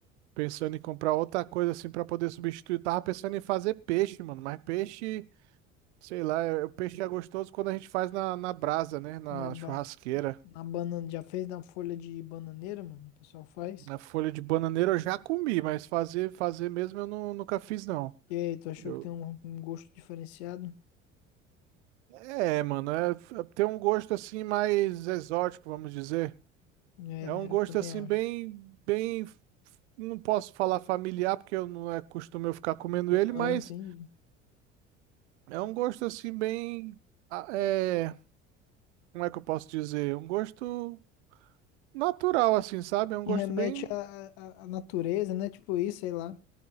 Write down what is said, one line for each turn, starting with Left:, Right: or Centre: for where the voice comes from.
Right: Pensando em comprar outra coisa assim pra poder substituir. Tava pensando em fazer peixe, mano, mas peixe Sei lá, é- o peixe é gostoso quando a gente faz na, na brasa, né? Na
Left: Na, ba-
Right: churrasqueira.
Left: na banana, já fez na folha de bananeira, mano? O pessoal faz.
Right: Na folha de bananeira eu já comi, mas fazer, fazer mesmo eu nu- nunca fiz, não.
Left: E aí, tu achou
Right: Eu...
Left: que tem um, um gosto diferenciado?
Right: É, mano, é, é, tem um gosto assim mais exótico, vamos dizer.
Left: É,
Right: É
Left: né?
Right: um gosto
Left: Eu também
Right: assim
Left: acho.
Right: bem, bem, não posso falar familiar porque eu não é costume eu ficar comendo
Left: Ah,
Right: ele, mas
Left: entendi.
Right: é um gosto assim bem, ah, é, como é que eu posso dizer? Um gosto natural assim, sabe? É um
Left: E
Right: gosto
Left: remete
Right: bem
Left: à, à, à natureza, né? Tipo isso, sei lá.